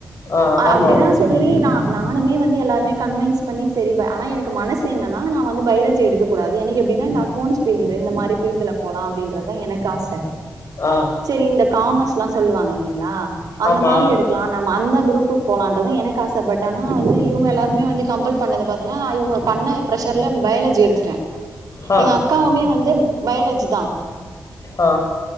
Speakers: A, on the left; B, on the right.
A: ஆ
B: அ
A: ஆமா
B: அப்டிதா சொல்லி ஏனா நானுமே வந்து எல்லாருமே கன்வென்ஸ் பண்ணி செரிதா ஆனா எனக்கு மனசு என்னனா நா வந்து பயாலஜி எடுக்க்கூடாது எனக்கு அப்டினா இந்த அக்கவுண்ட்ஸ் ஃபீல்டு இந்த மாரி ஃபீல்டுல போலா அப்டின்றதா எனக் காச
A: ஆ
B: சேரி இந்த காமஸ் லா சொல்லுவாங்க இல்லைங்க ஆஹ் அந்த
A: ஆமா
B: மாரி எடுக்லா நம்ம அந்த குரூப் புக்கு போலான்றதா எனக்கு ஆச பட் ஆனா வந்து இவ்ங்க எல்லாருமே வந்து கம்பள் பண்ணது பாத்துனா அவ்ங்க பண்ண ப்ரெஷ்ஷர்ல பயாலஜி எடுத்துட்டே
A: ஆ
B: எங்க அக்காவ்மே வந்து பயாலஜி தா
A: ஆ